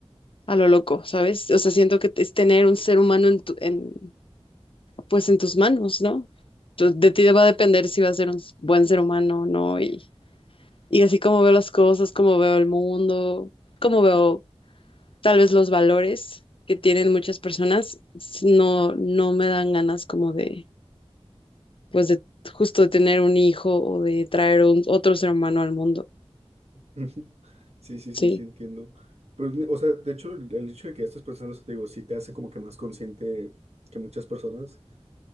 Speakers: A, on the left; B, on the right.
A: a lo loco, ¿sabes? O sea, siento que es tener un ser humano en tu- en, pues en tus manos, ¿no? Tú- De ti va a depender si va a ser un s- buen ser humano o no. Y, y así como veo las cosas, como veo el mundo, como veo tal vez los valores que tienen muchas personas, s- no, no me dan ganas como de pues de justo de tener un hijo o de traer un, otro ser humano al mundo,
B: Ujú. Sí, sí,
A: ¿sí?
B: sí, sí, entiendo. Pero, mi- o sea, de hecho, el, el hecho de que estés pensando eso, te digo, sí te hace como que más consciente que muchas personas.